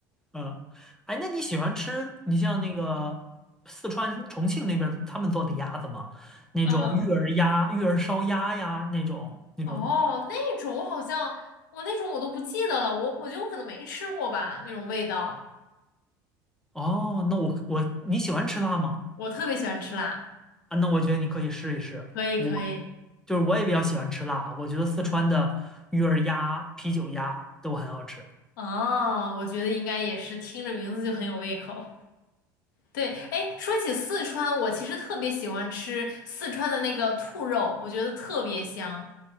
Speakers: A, in the centre; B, on the left.
A: 嗯，哎，那你喜欢吃你像那个四川重庆那边的他们做的鸭子吗？那种育儿鸭、
B: 嗯，
A: 育儿烧鸭呀，那种那种。
B: 哦，那种我好像我那种我都不记得了，我我觉得我可能没吃过吧，那种味道。
A: 哦，那我我你喜欢吃辣吗？
B: 我特别喜欢吃辣，
A: 啊，那我觉得你可以试一试。
B: 可以可以。
A: 我就是我也比较喜欢吃辣，我觉得四川的育儿鸭、啤酒鸭都很好吃。
B: 啊，我觉得应该也是听着名字就很有胃口。对，哎，说起四川，我其实特别喜欢吃四川的那个兔肉，我觉得特别香。